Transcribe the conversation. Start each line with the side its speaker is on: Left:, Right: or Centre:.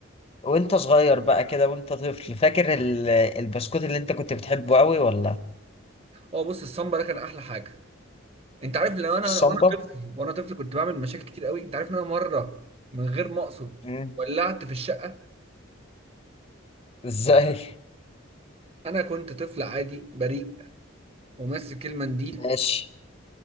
Left: وانت صغير بقى كده وانت طفل فاكر ال- البسكوت اللي انت كنت بتحبه قوي ولا
Right: هو بص السامبا ده كان أحلى حاجة أنت عارف لو أنا
Left: السامبا
Right: وأنا طفل وأنا طفل كنت بعمل مشاكل كتير قوي أنت عارف إن أنا مرة من غير ما أقصد
Left: مم.
Right: ولعت في الشقة
Left: ازاي
Right: أنا كنت طفل عادي بريء وماسك المنديل
Left: ماشي